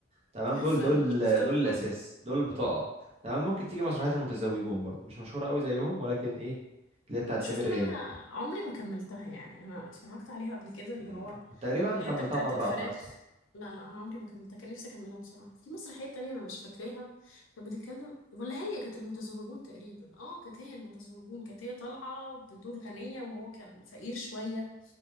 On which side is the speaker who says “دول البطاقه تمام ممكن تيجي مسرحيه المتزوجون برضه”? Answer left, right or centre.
Right